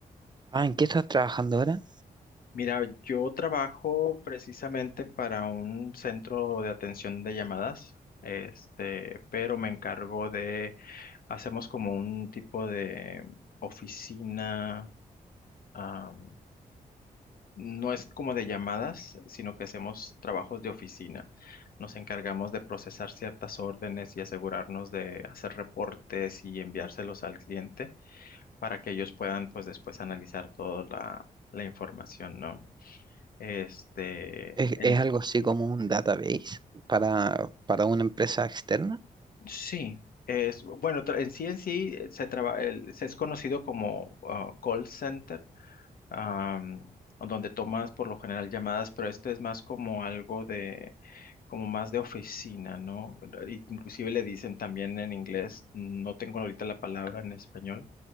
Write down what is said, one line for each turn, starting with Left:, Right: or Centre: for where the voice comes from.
Right: Ah, ¿en qué estás trabajando ahora?
Left: Mira, yo trabajo precisamente para un centro de atención de llamadas, este, pero me encargo de Hacemos como un tipo de oficina, ah, no es como de llamadas, sino que hacemos trabajos de oficina. Nos encargamos de procesar ciertas órdenes y asegurarnos de hacer reportes y enviárselos al cliente para que ellos puedan, pues, después analizar toda la, la información, ¿no? Este,
Right: ¿Es,
Left: en,
Right: es algo así como un database para, para una empresa externa?
Left: sí. Es, bueno, tra- en sí en sí eh, se, traba- el- se es conocido como ah, call center am, donde tomas por lo general llamadas, pero esto es más como algo de, como más de oficina, ¿no? Y- Inclusive le dicen también en inglés, no tengo ahorita la palabra en español,